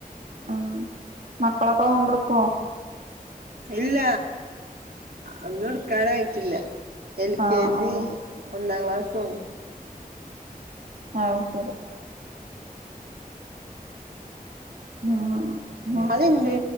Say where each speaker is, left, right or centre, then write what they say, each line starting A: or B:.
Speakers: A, on the right; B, on the right.
A: ഉം മക്കളൊക്കോമ്പ്ട്ക്കോ
B: ഇല്ല ഒന്നും എടുക്കാനായിട്ടില്ല എൽ
A: ആഹ്
B: കെ ജി
A: ആഹ്
B: ഒന്നാം ക്ലാസ്
A: ആഹ് ശരി ഉം അ
B: അത്ണ്ട്